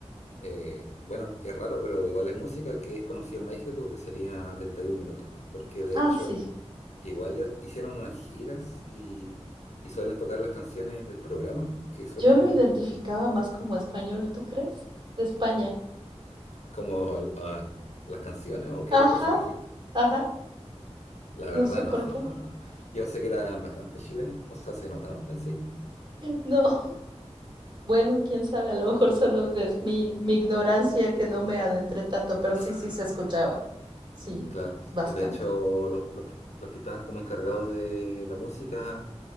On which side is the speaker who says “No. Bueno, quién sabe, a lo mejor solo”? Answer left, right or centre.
Right